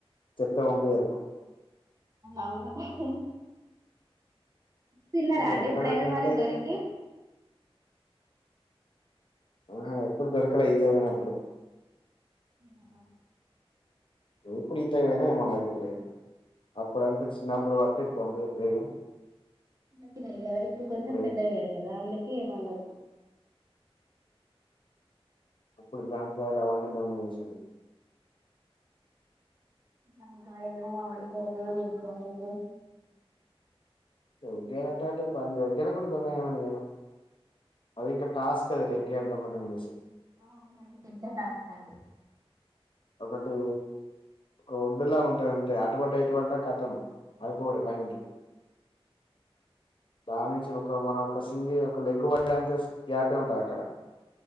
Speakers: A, on the left; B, on the right.
A: చెప్తే పంపియరు.
B: అవునవును. తిన్నరా
A: దొంగతనం
B: అండి, ఎప్పుడైనా
A: కంటే
B: మరి దొరకి?
A: ఆహా ఎప్పుడు దొరకలే ఈతకు పోయినప్పుడు.
B: అవునా
A: ఎప్పుడీతకు పోయినా ఏమనరిప్పుడిగా అప్పుడుంటె చిన్నపుడ్ ఎప్పుడు పడ్తే పంపియకపోయేద
B: చిన్న పిల్లల్గదా ఇప్పుడు కొంచెం
A: ఇప్పుడేం
B: పెద్దగయ్యిర్రు గదా అందుక్ కేమనరు
A: అప్పుడు జంకాయలు అవన్నీ దొంగ <unintelligible>
B: జామకాయలు మామిడి కాయలు రేగ్గాయలు
A: రేగ్గాయలు అంటే అటు పైన రేగ్గాయలు కూడా దొంగ అయినా నేను అది ఇంకా టాస్క్ అది రేగ్గాయలు దొంగత చేసేది
B: ఆ అవునండి పెద్ద టాస్కాఅది
A: ఒకటి కోడ్ అందరిలా ఉంటుది అంతే అటు పడ్డ ఇటు పడ్డ క ట్టమ్ అయిపోగొట్టే పైనుంచి దాని నుంచి ఒక మన ఒక సింగిల్ ఒక లెగ్ పడేంత గ్యాపే ఉంటది అక్కడ